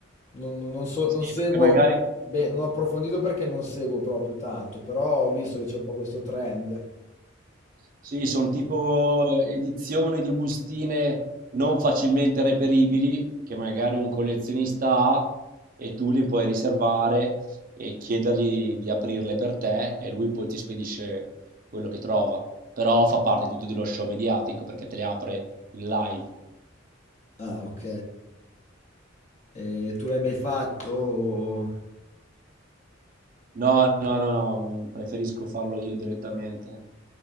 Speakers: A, on the left; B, on the right.
A: Non, non- non so,
B: Sì,
A: non seguo,
B: perché magari
A: beh, non ho approfondito perché non seguo proprio tanto, però ho visto che c'è un po' questo trend.
B: Sì, sono tipo eh, edizioni di bustine non facilmente reperibili, che magari un collezionista ha e tu li puoi riservare e chiedergli di aprirle per te e lui poi ti spedisce quello che trova. Però fa parte tutto dello show mediatico perché te le apre in live.
A: Ah, ok. E tu l'hai mai fatto? o-
B: No, no, no, no, non preferisco farlo io direttamente.